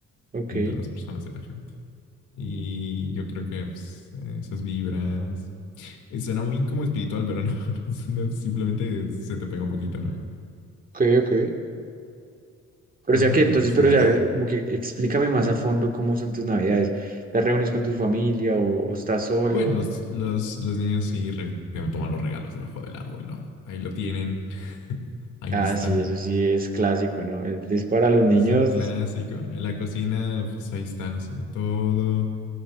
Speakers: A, on the right; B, on the left.
A: Ok.
B: De las personas, de la gente. Y yo creo que pues, esas vibras. eh, Suena muy como espiritual, pero <laughs> no, no, simplemente se te pega un poquito, ¿no?
A: Ok, ok. Pero
B: Ajá,
A: o sea que entonces,
B: entonces
A: pero o sea, como que explícame más a fondo cómo son tus navidades. ¿Te reúnes con tu familia o, o estás solo?
B: Bueno, los, los, los niños sí re- te toman los regalos debajo del árbol, ¿no? Ahí lo tienen. <laughs> Ahí
A: Ah,
B: están.
A: sí, eso sí es clásico, ¿no? Eh, Es para los niños,
B: Es un clásico. En la cocina, pues ahí están haciendo todo.